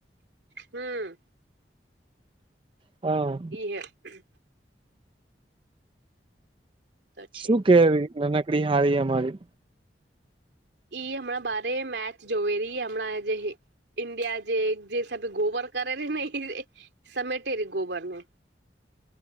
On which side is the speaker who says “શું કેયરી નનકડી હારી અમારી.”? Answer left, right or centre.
Right